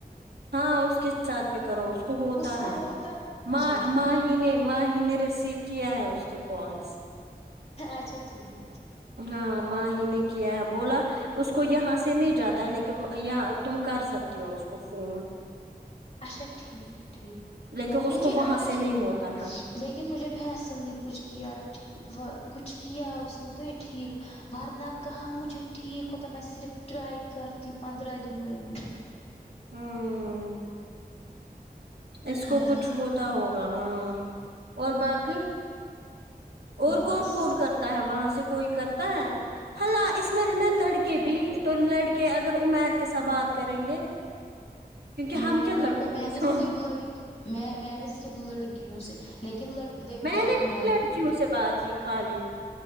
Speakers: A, on the right (about 85°); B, on the left (about 40°).
A: ہاں اس کے ساتھ بھی کرو اس کو ہوتا
B: اس کو
A: ہے
B: ہوتا
A: ما
B: اچھا ٹھیک
A: ماہی نے ماہی نے رسیو کیا ہے اس کے کالس
B: اچھا ٹھیک
A: ہاں ماہی نے کیا ہے بولا اس کو یہاں سے نہیں جاتا ہے لیکن وا یہاں تم کر سکتی ہو اس کو فون
B: اچھا ٹھیک ٹھیک
A: لیکن اس
B: مجھے
A: کو وہاں
B: آج
A: سے نہیں
B: ہی
A: ہوتا ہے
B: لیکن مجھے فیصل نے کچھ کیا ٹھیک و کچھ کیا اس نے تو یہ ٹھیک ورنہ کہاں مجھے ٹھیک ہوتا تھا میں صرف ٹرائی کرتی پندرہ دن ہوے مجھے
A: ہوں اس کو
B: ہاں
A: کچھ ہوتا ہو کہاں اور باقی اور
B: بس
A: کون کون کرتا ہے وہاں سے کوئی کرتا ہے ہے نہ اس میں ہے نا لڑکے بھی تو لڑکے اگر عمیر کے سا بات کریں گے کیونکہ
B: میں
A: ہم کیا
B: نے
A: لڑکوں
B: ک میں
A: کے
B: نے
A: ساتھ
B: صرف لڑکی میں میں نے صرف لڑکیوں سے لیکن لڑ دیکھو
A: میں نے
B: میں
A: لڑکیوں سے بات کی خالی